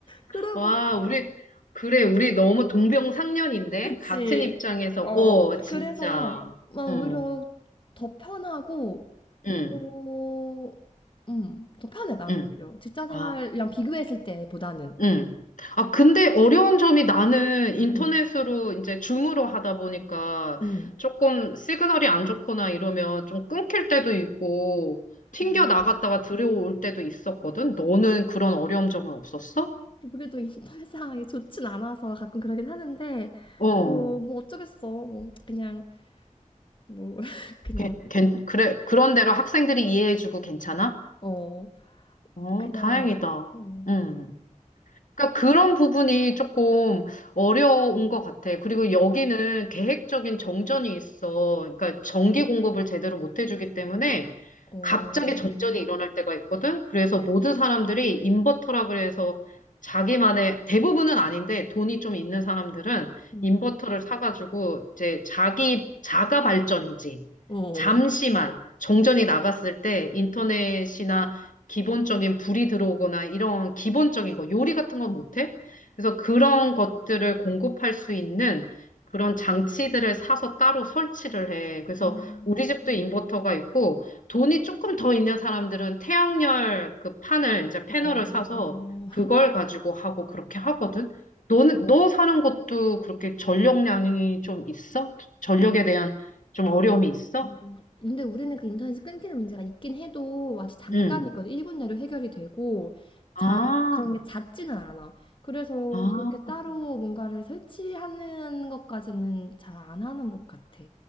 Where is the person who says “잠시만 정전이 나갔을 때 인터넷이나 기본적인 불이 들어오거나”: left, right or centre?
Left